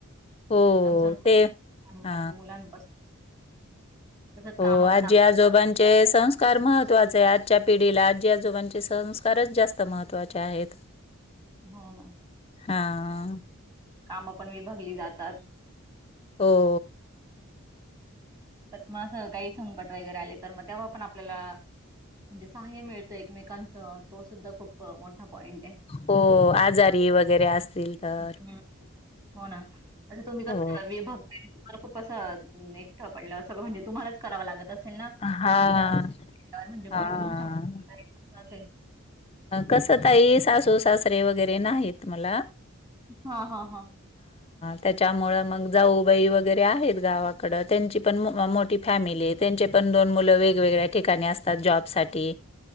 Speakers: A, on the left (about 25°); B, on the right (about 15°).
A: हो
B: उत्तम संस्कार
A: ते
B: मुला
A: हा
B: मुलांपासून तसंच कामं
A: हो आजी
B: पण आपली
A: आजोबांचे
B: विभागली जातात.
A: संस्कार महत्त्वाच, आजच्या पिढीला आजी आजोबांचे संस्कारच जास्त त महत्त्वाचे आहेत.
B: हो ना.
A: हं.
B: कामं पण विभागली जातात.
A: हो.
B: पत म स काही संकट वगैरे आले तर, मग तेव्हा पण आपल्याला म्हणजे सहाय्य मिळत एकमेकांच तो सुद्ध खूप मोठा पॉइंट य
A: हो आजारी वगैरे असतील तर
B: हम्म. हो ना अस तुम्ही
A: हो
B: <unintelligible> खूप असं एकंट पडलं सगळं म्हणजे तुम्हालाच करावं लागत अस सेना
A: हां
B: किंवा म्हणजे कोणी
A: हां
B: तुमच्या <unintelligible> असेन.
A: कसं ताई सासू सासरे वगैरे नाहीत मला.
B: हा हा हा.
A: त्याच्यामुळे मग जाऊबाई वगैरे आहेत गावाकड त्यांची पण मो मोठी फॅमिली आहे त्यांचे पण दोन मुलं वेगवेगळ्या ठिकाणी असतात जॉब साठी.